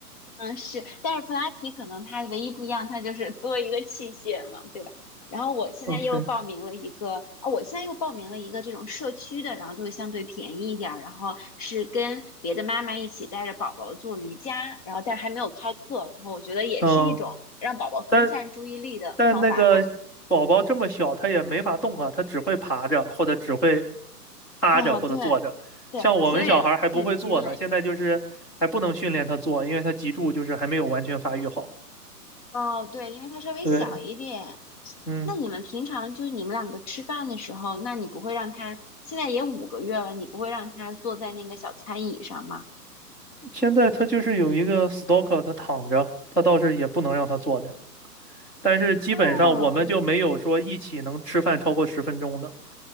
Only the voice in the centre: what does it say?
OK，
嗯，但但那个宝宝这么小，他也没法动啊，他只会爬着，或者只会趴着，
或者坐着。
像我们小孩儿还不会坐呢，
现在就是还不能训练他坐，因为他脊柱就是还没有完全发育好。
对，嗯，
现在他就是有一个 stalker，他躺着，他倒是也不能让他坐着，但是基本上我们就没有说一起能吃饭超过十分钟的。